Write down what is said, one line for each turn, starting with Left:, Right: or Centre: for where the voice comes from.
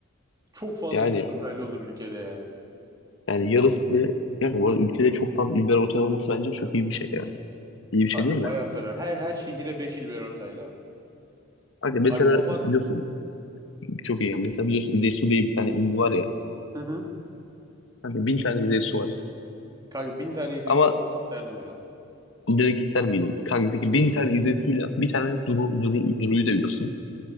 Right: Çok fazla
Left: yani
Right: İlber Ortaylı olur ülkede yani.
Left: Yani yarısı yani bu arada ülkede çok fazla liberal otel olması bence çok iyi bir şey ya. İyi bir şey
Right: Kanka
Left: değil mi?
Right: bayağı sarar. Her her şehire 5 il ver ortayla.
Left: Hani
Right: Harika
Left: mesela
Right: olmaz
Left: biliyorsun
Right: mı?
Left: çok iyi. yani. Mesela biliyorsun İzey Su diye bir tane ünlü var ya.
Right: Hı hı.
Left: Hani bin tane İzey Su var.
Right: Kanka bin tane izleyicisi
Left: Ama
Right: olmak isterdim ya.
Left: direkt ister miydin? Kanka peki bin tane İzey Su'yla bir tane Duru, Duru, Duru'yu da biliyorsun.